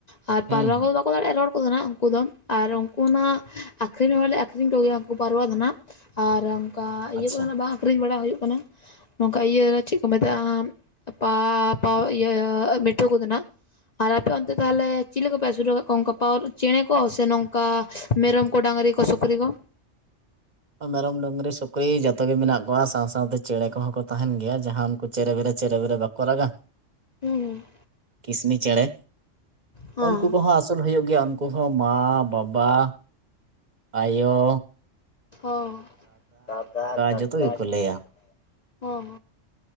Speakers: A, on the left (about 45°); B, on the right (about 40°).
A: ᱟᱨ ᱯᱟᱨᱣᱟ
B: ᱦᱩᱸ ᱦᱩᱸ
A: ᱠᱚ ᱫᱚ ᱵᱟᱠᱚ ᱫᱟᱲᱮᱭᱟᱜᱼᱟ ᱨᱚᱲ ᱠᱚᱫᱚ ᱦᱟᱸᱜ ᱩᱱᱠᱩ ᱫᱚ ᱟᱨ ᱩᱱᱠᱩ ᱱᱟᱸᱜ ᱟ ᱟᱹᱠᱷᱨᱤᱧ ᱦᱚᱸᱞᱮ ᱟᱠᱷᱨᱤᱧ ᱠᱚᱜᱮᱭᱟ ᱩᱱᱠᱩ ᱯᱟᱨᱣᱟ ᱫᱚ ᱱᱟᱜ ᱟᱨ ᱚᱱᱠᱟ ᱤᱭᱟᱹ
B: ᱟᱪᱪᱷᱟ
A: ᱠᱚᱫᱚ ᱦᱟᱸᱜ ᱵᱟᱝ ᱟᱹᱠᱷᱨᱤᱧ ᱵᱟᱲᱟ ᱦᱩᱭᱩᱜ ᱠᱟᱱᱟ ᱱᱚᱝᱠᱟ ᱤᱭᱟᱹ ᱪᱮᱫ ᱠᱚ ᱢᱮᱛᱟᱜᱼᱟ ᱯᱟ ᱯᱟ ᱤᱭᱟᱹ ᱢᱤᱴᱩ ᱠᱚ ᱫᱚ ᱱᱟᱜ <unintelligible> ᱟᱨ ᱟᱯᱮ ᱚᱱᱛᱮ ᱛᱟᱦᱚᱞᱮ ᱪᱮᱞᱮ ᱠᱚᱯᱮ ᱟᱹᱥᱩᱞ ᱠᱟᱫ ᱠᱚᱣᱟ ᱚᱱᱠᱟ ᱯᱟᱣ ᱪᱮᱬᱮ ᱠᱚ ᱥᱮ ᱱᱚᱝᱠᱟ ᱢᱮᱨᱚᱢ ᱠᱚ? ᱰᱟᱝᱨᱤ ᱠᱚ ᱥᱩᱠᱨᱤ ᱠᱚ
B: ᱢᱮᱨᱚᱢ ᱰᱟᱝᱨᱤ ᱥᱩᱠᱨᱤ ᱡᱚᱛᱚ ᱜᱮ ᱢᱮᱱᱟᱜ ᱠᱚᱣᱟ ᱥᱟᱶ ᱥᱟᱶᱛᱮ ᱪᱮᱬᱮ ᱠᱚᱦᱚᱸ ᱠᱚ ᱛᱟᱦᱮᱱ ᱜᱮᱭᱟ ᱡᱟᱦᱟᱸ ᱩᱱᱠᱩ ᱪᱮᱨᱮ ᱵᱮᱨᱮ ᱪᱮᱨᱮ ᱵᱮᱨᱮ ᱵᱟᱠᱚ ᱠᱚ ᱨᱟᱜᱟ
A: ᱦᱩᱸ
B: ᱠᱤᱥᱱᱤ ᱪᱮᱬᱮ
A: ᱦᱚᱸ
B: ᱩᱱᱠᱩ ᱠᱚᱦᱚᱸ ᱟᱹᱥᱩᱞ ᱦᱩᱭᱩᱜ ᱜᱮᱭᱟ ᱩᱱᱠᱩ ᱦᱚᱸ ᱢᱟ ᱵᱟᱵᱟ ᱟᱭᱳ
A: ᱚᱸ ᱫᱟᱫᱟ ᱠᱟᱠᱟ
B: ᱡᱚᱛᱚ ᱜᱮᱠᱚ
A: ᱡᱷᱚᱛᱚᱱᱟᱜ
B: ᱞᱟᱹᱭᱟ
A: ᱠᱚ ᱚᱸ